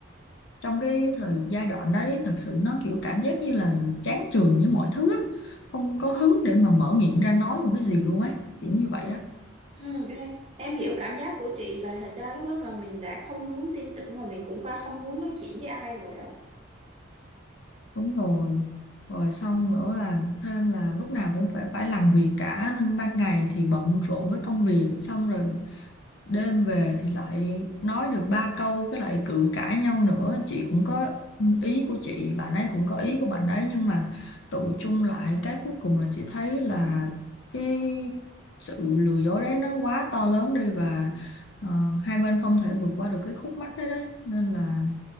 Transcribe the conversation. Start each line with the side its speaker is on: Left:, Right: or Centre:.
Left: trong cái thời giai đoạn đấy thật sự nó kiểu cảm giác như là chán chường với mọi thứ á không có hứng để mà mở miệng ra nói một cái gì luôn ấy kiểu như vậy á
Right: ừ, cái này, em hiểu cảm giác của chị là thật ra lúc đó mà mình đã không muốn tin tưởng và mình cũng qua không muốn nói chuyện với ai rồi á
Left: đúng rồi rồi xong nữa là thêm là lúc nào cũng phải phải làm việc cả nên ban ngày thì bận rộn với công việc xong rồi đêm về thì lại nói được ba câu cái lại cự cãi nhau nữa chị cũng có ý của chị bạn ấy cũng có ý của bạn ấy nhưng mà tụ chung lại cái cuối cùng là chị thấy là cái sự lừa dối đấy nó quá to lớn đi và ờ, hai bên không thể vượt qua được cái khúc mắc đấy đấy nên là